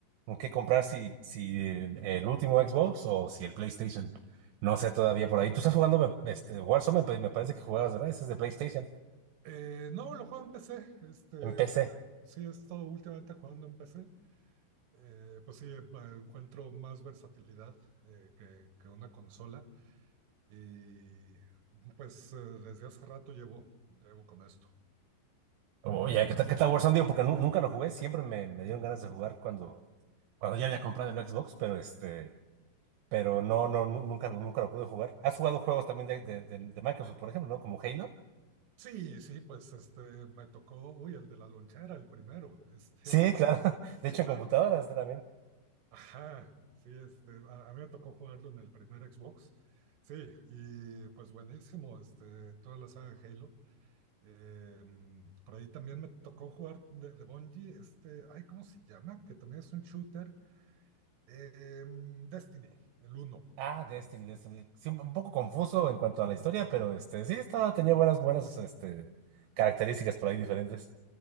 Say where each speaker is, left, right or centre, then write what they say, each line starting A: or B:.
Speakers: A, on the right; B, on the right.
A: en qué comprar, si, si el, el último Xbox o si el PlayStation. No sé todavía por ahí. Tú estás jugando este, Warzone, me, me parece que jugabas, ¿verdad? Ese es de PlayStation,
B: Eh, no, lo juego en PC. Este,
A: en PC.
B: de- sí, he estado últimamente jugando en PC. Eh, pues sí, eh, encuentro más versatilidad eh, que, que una consola y pues eh, desde hace rato llevo, llevo con esto.
A: Oye, ¿qué tal, qué tal Warzone? Digo, porque nu- nunca lo jugué, siempre me, me dieron ganas de jugar cuando, cuando ya había comprado el Xbox, pero este, pero no, no, nu- nunca, nunca lo pude jugar. ¿Has jugado juegos también de, de, de de Microsoft, por ejemplo, ¿no? Como Halo.
B: Sí, sí, pues este me tocó, uy, el de la lonchera, el primero. <laughs> Este,
A: Sí, claro. <laughs>
B: sí,
A: De hecho,
B: claro.
A: en computadora está también.
B: Ajá, sí, este, a, a mí me tocó jugarlo en el primer Xbox. Sí, y pues buenísimo, este, toda la saga de Halo. Eh, mm, por ahí también me tocó jugar de, de Bungie, este, ay, ¿cómo se llama? Que también es un shooter. Eh, mm, Destiny, el uno.
A: Ah, Destiny,
B: Es-
A: Destiny. Sí, un poco confuso en cuanto a la historia, pero este, sí, estaba, tenía buenas, buenas este, características por ahí diferentes.